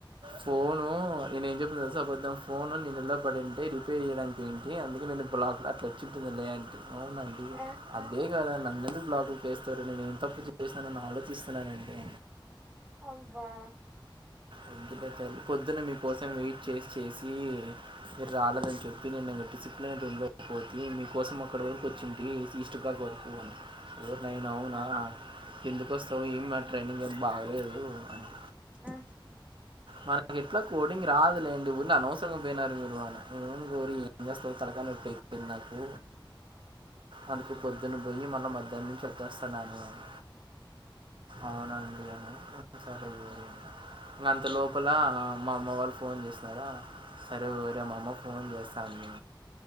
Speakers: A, on the right; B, on the right.
A: ఫోను నేను ఏం చెప్తుంది సోబద్ద్దధం ఫోన్ నిేను ఇలబడింటే రిపేర్ చేయడానికి ఏంటి అందుకే నేను బ్లాక్ అలా వచ్చి అవునండి
B: ఆ
A: అదే కదా నను ఎందుకు బ్లాగులు చేేస్తారు నేను ఏం తప్పు చేస్తానని ఆలోచిస్తున్నాను అండి
B: అబ్బా
A: ఒదులే తల్లి పొద్దునే మీకోసం వె చేసి చేసి మీరు రాలేదని చెప్పి ఇగ నేను డిసిప్లినడ్ ఉండకపోతే మీకోసం అక్కడి వరకు వచ్చింటి ఈస్ట్ బాగ్ వరకుని ఫవర్ నైన్ అవునా ఎందుకు వస్తావు ఏమి నా ట్రైనింగ్ ఏం బాగలేదు అంటే
B: ఆ
A: మనకి ఎట్లా కోడింగ్ రాదులేంటిడి ఉన్న అనవసరంగా పోయినారు మీరు రోజు పోయి ఏం చేస్తావు తలకాయ నొప్పి అయిపోయింది నాకు అందుకే పో పొద్దున్నే పోయి మల్ల మధ్యాహ్నం కి వచ్చేస్తున్నాను అని అవునండి అంత <unintelligible> ఇంక అంత లోపల మా అమ్మ వాళ్ళు ఫోన్ చేసినారా సరే వేరే మా అమ్మ ఫోన్ చేస్తాది